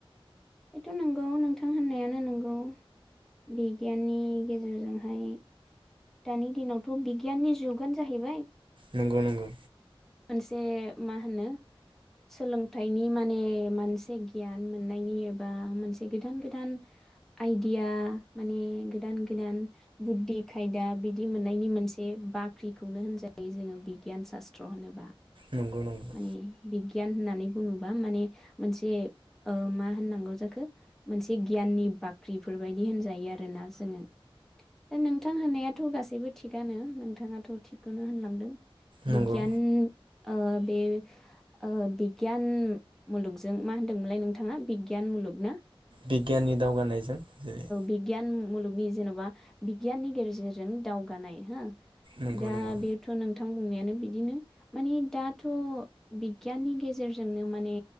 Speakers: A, in the centre; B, on the right (about 60°).
A: बेथ' नंगौ नोंथां होननायानो नंगौ बिगियाननि गेजेरजोंहाय दानि दिनावथ' बिगियाननि जुगानो जाहैबाय
B: नंगौ नंगौ।
A: मोनसे मा होनो सोलोंथाइनि माने मोनसे गियान मोननायनि एबा मोनसे गोदान गोदान आइदिया माने गोदान गोदान बुद्धि खायदा बिदि मोननायनि मोनसे बाख्रिखौनो होनजायो जोंङो बिगियान सासत्र त्र होनोबा
B: नंगौ नंगौ
A: माने बिगियान होननानै बुंङोबा माने मोनसे ओ मा होननांगौ जाखो मोनसे गियाननि बाख्रिफोरबायायदि होनजायो आरोना जोंङो दा नोंथां होननायाथ' गासैबो थिगानो नोंथांङाथ' थिगखौनो होनलांदों
B: नंगौ
A: बिगियान ओ बे ओ बिगियान मुलुगजों मा होनदोंमोनलाय नोंथांङा बिगियान मुलुगना?
B: बिगियाननि दावगानायजों जेरै
A: बिगियान मुलुगनि जेन'बा बिगियाननि गेरजेरजों दावगानाय हो
B: नंगौ
A: दा
B: नंगौ
A: बेथ' नोंथां बुंनायानो बिदिनो माने दा थ' बिगियाननि गेजेरजोंनो माने